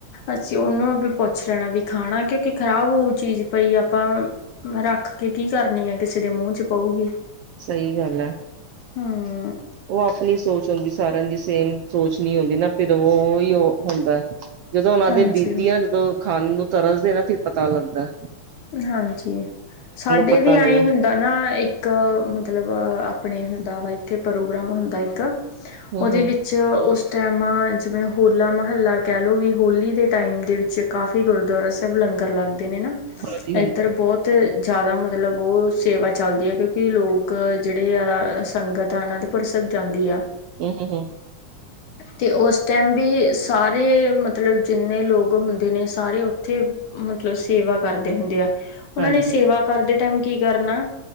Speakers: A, on the left; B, on the right.
A: ਅਸੀਂ ਉਹਨਾਂ ਨੂੰ ਵੀ ਪੁੱਛ ਲੈਣਾ ਵੀ ਖਾਣਾ ਕਿਉਂਕਿ ਖ਼ਰਾਬ ਹੋਊ ਚੀਜ਼ ਪਈ ਆਪਾਂ, ਰੱਖ ਕੇ ਕੀ ਕਰਨੀ ਆ ਕਿਸੇ ਕਿਂਦੇ ਮੂੰਹ ਚ ਪਊਗੀ।
B: ਸਈ ਗੱਲ ਐ।
A: ਹੂੰ।
B: ਉਹ ਆਪਣੀ ਸੋਚ ਹੁੰਦੀ ਸਾਰਿਆਂ ਦੀ ਸੇਮ ਸੋਚ ਨ ਹੁੰਦੀ ਨਾ ਫਿਰ ਉਹ ਉਹਿਔ ਹੁੰਦੈ। ਜਦੋਂ ਉਹਨਾਂ
A: ਹਾਂਜੀ
B: ਦੇ ਬੀਤਦੀ ਐ ਨਾ ਜਦੋਂ ਖਾਨ ਨੂੰ ਤਰਸਦੇ ਨਾ ਫਿਰ ਪਤਾ ਲੱਗਦੈ।
A: ਹਾਂਜੀ, ਸਾਡੇ
B: ਪਤਾ
A: ਵੀ
B: ਨੀ
A: ਆਈ ਹੀ
B: ਹੈ।
A: ਹੁੰ ਦਾ ਨਾ ਇੱਕ ਮਤਲਬ ਆਪਣੇ ਹੁੰਦਾ ਵਾ ਇੱਥੇ ਪ੍ਰੋਗਰਾਮ ਹੁੰਦਾ ਇੱਕ।
B: ਹੂੰ
A: ਔਦੇ
B: ਹੂੰ
A: ਵੀ 'ਚ' ਓਸ ਟੈਮ ਜਿਵੇਂ ਹੋਲਾ-ਮਹੱਲਾ ਕੈ ਲੋ ਵੀ ਹੋਲੀ ਦੇ ਟਾਈਮ ਦੇ ਵਿੱਚ ਕਾਫ਼ੀ ਗੁਰਦੁਆਰਾ ਸੈਬ ਲੰਗਰ ਲੱਗਦੇ ਨੇ ਨਾ,
B: ਹਾਂਜੀ ਹਾਂਜੀ
A: ਐਧਰ ਬੌਤ ਤ ਜੈਦਾ ਮਤਲਬ ਓਹ ਸੇਵਾ ਚੱਲਦੀ ਆ ਕਿਉਂਕਿ ਲੋਕ ਜੇੜੇ ਆ, ਸੰਗਤ ਆਨਾਂ ਪਰ ਸਭ ਜਾਂਦੀ ਆ।
B: ਹੂੰ, ਹੂੰ, ਹੂੰ।
A: ਤੇ ਓਸ ਟੈਮ ਬੀ ਸਾਰੇ ਮਤਲਬ ਜਿੰਨੇ ਲੋਕ ਹੁੰਦੇ ਨੇ ਸਾਰੇ ਔਥੇ ਮਤਲਬ ਸੇਵਾ ਕਰਦੇ ਹੁੰਦੇ ਆ, ਉਨਾਂ
B: ਹਾਂਜੀ
A: ਨੇ ਸੇਵਾ ਕਰਦੇ ਟੈਮ ਕੀ ਕਰਨਾ